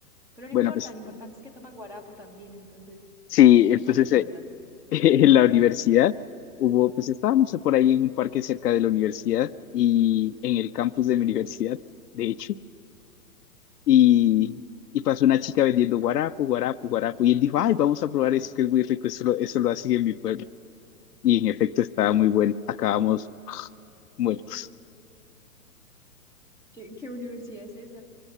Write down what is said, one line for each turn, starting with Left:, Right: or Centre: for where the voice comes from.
Centre: Pero no
Left: Bueno,
Centre: importa,
Left: pues
Centre: lo importante es que toman guarapo también, entonces,
Left: sí,
Centre: compatriotas.
Left: entonces eh, <laughs> en la universidad hubo, pues estábamos por ahí en un parque cerca de la universidad y en el campus de mi universidad, de hecho. y, y pasó una chica vendiendo guarapo, guarapo, guarapo, y él dijo, ay, vamos a probar eso que es muy rico, eso lo, eso lo hacen en mi pueblo. Y en efecto estaba muy bueno, acabamos muertos.
Centre: ¿Qué, qué universidad es esa?